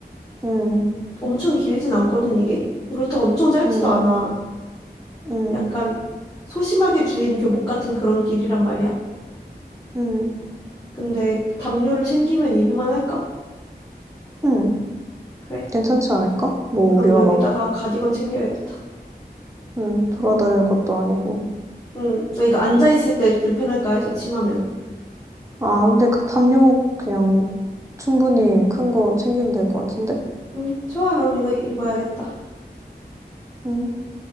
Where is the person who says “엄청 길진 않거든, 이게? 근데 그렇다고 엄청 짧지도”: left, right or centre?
Left